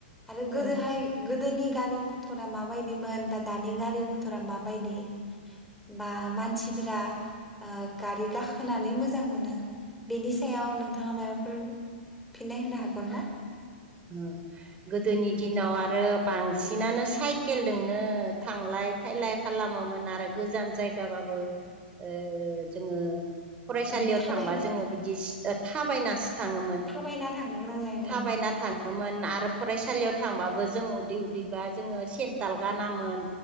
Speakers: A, in the centre; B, on the right (about 20°).
A: आरो गोदोहाय
B: उम
A: गोदोनि गारि मथरा माबा माबायदिमोन बा दानि गारि मथरा माबायदि बा मानसिफोरा ओ गारि गाखोनानै मोजां मोनो बेनि सायाव नोंथाङा माबाफोर फिननाय होनो हागोनना?
B: ह गोदोनि दिनाव आरो बांसिनानो साइकेल दोंनो थांलाय- फायलाय खालामोमोन आरो गोजान जायगाबाबो ओ जोङो फरायसालियाव
A: उम थाबायना
B: थांबा जोङो बिदि थाबायनासो थाङोमोन।
A: थाबायना थांनो गोनां जायो।
B: थाबायना थाङोमोन आरो फरायसालियाव थांबाबो जों उदै उदैबा जोङो सेन्थाल गानामोन।